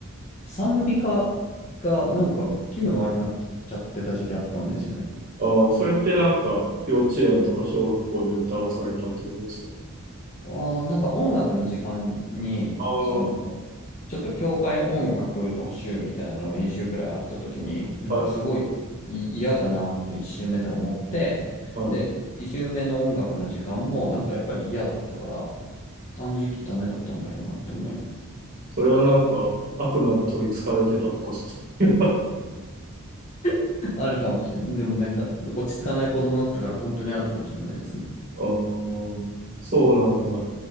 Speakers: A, on the left; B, on the right.
A: 賛美歌がなんか気分悪くなっちゃってた時期あったんですよね。
B: ああ、それってなんか、幼稚園とか小学校で歌わされたってことですか
A: ああ、なんか音楽の時間に、
B: ああー、
A: その、ちょっと教会音楽の週みたいなのが2週くらいあった時に、なんかすごいい嫌だなって1週目で思って、
B: はい、はい。
A: で、2週目の音楽の時間もなんかやっぱり嫌だったから、あの時期ダメだったんだろうなって思います。
B: それはなんか、悪魔に取り憑かれてたとか、そう
A: <laughs> あるかもしれない。でもなんか落ち着かない子供だったから本当にあるかもしれないですね。
B: ああそうなんだ。